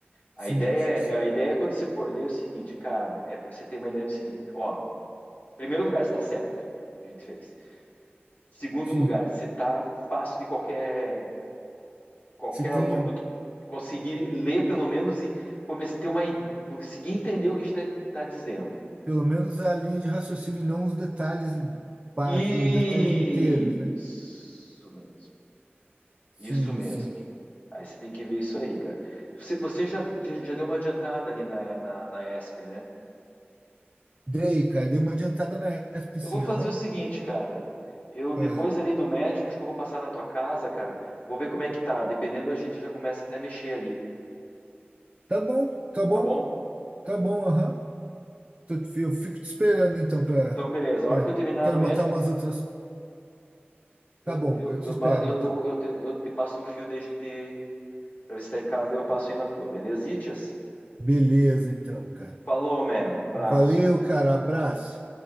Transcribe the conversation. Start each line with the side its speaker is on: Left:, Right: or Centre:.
Left: A
Right: Sim,
Left: ideia,
Right: sim.
Left: a ideia é quando você for ler é o seguinte, cara, é para você ter uma ideia do seguinte, ó, em primeiro lugar, está certo o que a gente fez. Segundo
Right: Sim.
Left: lugar, se tá fácil de qualquer qualquer
Right: Se tenha
Left: aluno que conseguir ler pelo menos e começar a ter uma i- conseguir entender o que está tá dizendo.
Right: pelo menos a linha de raciocínio e não os detalhes básicos,
Left: Isso
Right: os detalhes inteiros, né?
Left: mesmo.
Right: Sim,
Left: Isso mesmo.
Right: sim.
Left: Aí você tem que ver isso aí, cara. Você, você já, já deu uma adiantada ali na, na, na ESP, né?
Right: Dei, cara, dei uma adiantada na ESP,
Left: Eu
Right: sim,
Left: vou fazer
Right: aham.
Left: o seguinte, cara. Eu, depois
Right: Ah,
Left: ali do médico, acho que eu vou passar na tua casa, cara. Vou ver como é que tá. Dependendo, a gente já começa até a mexer ali,
Right: Tá bom, tá bom,
Left: tá bom?
Right: tá bom, aham. Tô- Eu fico te esperando então pra,
Left: Então, beleza.
Right: pra...
Left: A hora que eu terminar
Right: Quero
Left: no médico,
Right: montar umas outras.
Left: eu,
Right: Tá bom,
Left: eu,
Right: eu te
Left: eu,
Right: espero
Left: ba- eu,
Right: então.
Left: dou- eu, te, eu te passo um fio da gente para ver se tá em casa, daí eu passo aí na tua, beleza? Itias?
Right: Beleza, então, cara.
Left: Falou, man. Abraço.
Right: Valeu, cara. Abraço.